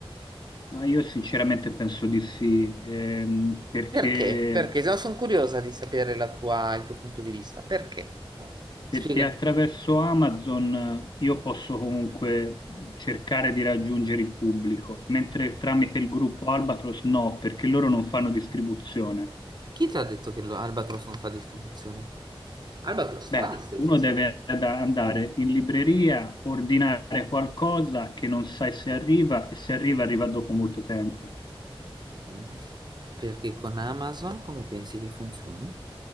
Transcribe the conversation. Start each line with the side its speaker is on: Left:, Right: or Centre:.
Left: Ma io sinceramente penso di sì, ehm, perché
Right: Perché? Perché no, sono curiosa di sapere la tua- il tuo punto di vista. Perché?
Left: Perché
Right: Spiega.
Left: attraverso Amazon eh, io posso comunque cercare di raggiungere il pubblico, mentre tramite il gruppo Albatros no, perché loro non fanno distribuzione.
Right: Chi ti ha detto che lo- Albatros non fa distribuzione? Albatros fa
Left: Beh,
Right: distribuzione.
Left: uno deve ad- andare in libreria, ordinare qualcosa che non sai se arriva e se arriva arriva dopo molto tempo.
Right: Mm. Perché con Amazon come pensi che funzioni?